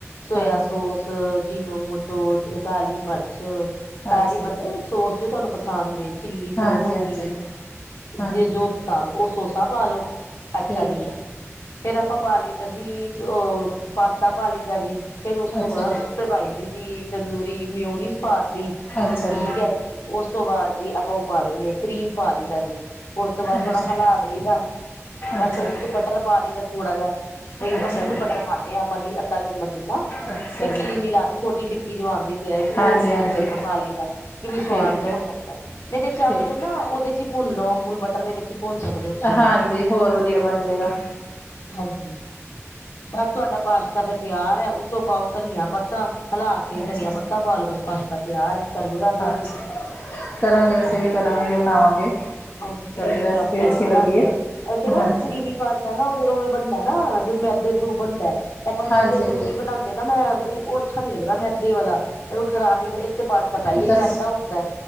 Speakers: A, on the left; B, on the left.
A: ਸੋਆ
B: ਹਾਂਜੀ,
A: ਸੋਸ ਜੀਨੋ-ਮੋਟੋ, ਕਾਲੀ ਮਰਚ, ਸਾਰੀ
B: ਅੱਛਾ
A: ਮਤਲਬ
B: ਜੀ,
A: ਸੋਸ, ਜੋ ਤੁਹਾਨੂੰ ਪਸੰਦ ਏ ਚਿਲੀ ਸੋਸ
B: ਹਾਂਜੀ,
A: ਹੋਗੀ।
B: ਹਾਂਜੀ, ਹਾਂਜੀ।
A: ਜੇ ਜੋ ਪਸੰਦ। ਉਹ ਸੋਸਾ ਪਾਾਲੋ, ਅੱਛਾ
B: ਠੀਕ
A: ਜੀ।
B: ਹੈ,
A: ਫੇਰ ਆਪਾਂ ਪਾ ਲੀ ਦਾ ਜੀ, ਉਹ ਪਾਸਤਾ ਪਾ ਲੀ ਦਾ ਜੀ। ਫੇਰ ਉਸ ਤੋਂ
B: ਅੱਛਾ
A: ਬਾਅਦ
B: ਜੀ,
A: ਉਤੇ ਪਾਈ ਦੀ ਜੀ, ਤੰਦੂਰੀ ਮਿਉਨੀਸ ਪਾਤੀ,
B: ਅੱਛਾ
A: ਠੀਕ
B: ਜੀ,
A: ਐ ਜੀ। ਉਸ ਤੋਂ ਬਾਅਦ ਜੀ ਆਪਾਂ ਉਹ ਪਾ ਦਿੰਨੇ ਆ, ਕਰੀਮ ਪਾ ਲੀ ਦਾ ਜੀ। ਉਸ ਤੋਂ ਬਾਅਦ
B: ਅੱਛਾ,
A: ਥੋੜਾ ਹਲਾ ਦਈਦਾ। ਬਸ,
B: ਅੱਛਾ
A: ਉੱਤੋ
B: ਜੀ,
A: ਬਟਰ ਪਾ ਲੀ ਦਾ ਥੋੜਾ ਜਿਹਾ। ਬਈ
B: ਅੱਛਾ
A: ਅਮੂਲ
B: ਜੀ।
A: ਬਟਰ ਪਾਨੇ ਆ ਤਾ ਬੀ ਅੱਦਾ ਚਮਚ ਜਿੰਨਾ
B: ਅੱਛਾ ਜ।
A: ਟਿੱਕੀ ਜਿਨੀ ਲਾ ਲੋ। ਛੋਟੀ ਟਿੱਕੀ ਜੋ ਆਂਦੀ ਫੇਰ ਉਹ
B: ਹਾਂਜੀ,
A: ਅਮੂਲ
B: ਹਾਂਜੀ,
A: 'ਚ ਬਟਰ ਪਾ ਲੀ ਦਾ। ਕਿ ਵੀ ਸੁਵਾਦ
B: ਠੀਕ
A: ਜਿਹਾ
B: ਹੈ,
A: ਹੋ ਜਾਂਦਾ। ਨਹੀਂ ਤੇ ਚਾਹੋ
B: ਠੀਕ।
A: ਤੇ ਨਾ, ਉਹਦੇ 'ਚ ਈ ਭੁੰਨ ਲਓ। ਅਮੂਲ ਬਟਰ ਦੇ ਵਿੱਚ 'ਚ ਭੁੰਨ ਸਕਦੇ ਓ ਤੁਸੀਂ ਤਾਂ।
B: ਹਾਂਜੀ, ਹੋਰ ਵਧੀਆ ਬਣ ਜਾਏਗਾ,
A: ਹਾਂਜੀ, ਬਸ ਤੁਹਾਡਾ ਪਾਸ਼ਤਾ ਫੇਰ ਤਿਆਰ ਐ। ਉੱਤੋਂ ਪਾਓ ਧਨੀਆ ਪੱਤਾ ਹਲਾ ਕੇ
B: ਅੱਛਾ
A: ਧਨੀਆ
B: ਜੀ।
A: ਪੱਤਾ ਪਾ ਲਵੋ। ਬਸ ਪਾਸਤਾ ਤਿਆਰ ਐ, ਸਰਵ ਕਰਦੋ
B: ਅੱਛਾ,
A: ਜੀ।
B: ਕਰਾਂਗੇ, ਅਸੀਂ
A: ਹਾਂਜੀ
B: ਵੀ ਕਰਾਂਗੇ, ਜੇ ਬਣਾਵਾਂਗੇ।
A: ਹਾਂਜੀ, ਕਰੀਮੀ
B: ਤੁਹਾਡੀ ਰੈਸਪੀ
A: ਪਾਸਤਾ
B: ਅੱਛੀ
A: ਵੀ ਬਣਾਂਣੇ
B: ਲੱਗੀ ਹੈ।
A: ਆ। ਉਹ 'ਚ ਨਾ
B: ਹਾਂਜੀ,
A: ਕਰੀਮੀ ਪਾ ਸਤਾ ਨਾ, ਉਹਦੇ ਉਵੇਂ ਬਣਦਾ ਨਾ, ਜੋ ਮੈਦੇ ਥਰੂ ਬਣਦੈ। ਤਾਂ ਆਪਾਂ ਮੈਦੇ
B: ਹਾਂਜੀ, ਹਾਂਜੀ,
A: ਥੂ ਨੀ ਬਣਾਂਦੇ ਨਾ ਮੈਂ ਬ‌ਈ, ਉਹ ਅੱਛਾ ਨੀ ਲੱਗਦਾ, ਮੈਂਦੈ ਵਾਲਾ। ਐਹ ਓ ਖ਼ਰਾਬ ਈ ਤੇ ਪਾਸਤਾ ਪਹਿਲੇ
B: ਅੱਛਾ
A: ਈ ਮੈਂਦਾਂ ਹੁੰਦਾ।